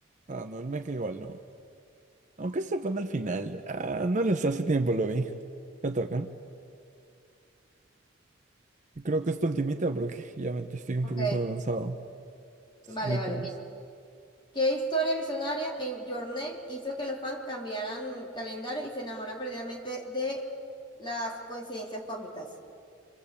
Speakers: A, on the right; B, on the left.
A: Ah, no, el mecha igual no. Aunque se pone al final. Ah, no les hace tiempo lo vi. Te toca. Creo que es tu ultimita porque ya me estoy un
B: Ok,
A: poquito avanzado.
B: vale,
A: Britannies.
B: vale, mira. ¿Qué historia visionaria en Your Name hizo que los fans cambiaran calendario y se enamoraran perdidamente de las coincidencias cósmicas?